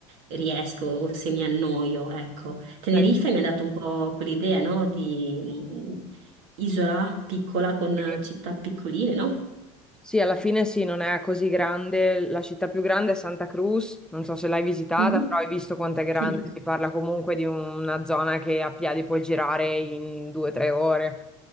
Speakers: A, on the right (about 75°); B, in the centre.
A: riesco o se mi annoio, ecco. Tenerife
B: Dai.
A: mi ha dato un po' quell'idea, no? Di mm, isola piccola con
B: Sì?
A: eh, città piccoline, no?
B: Sì, alla fine sì, non è così grande. La città più grande è Santa Cruz, non so se l'hai visitata,
A: Mhm,
B: però hai visto quanto è grande.
A: Sì.
B: Si parla comunque di una zona che a piedi puoi girare in due o tre ore,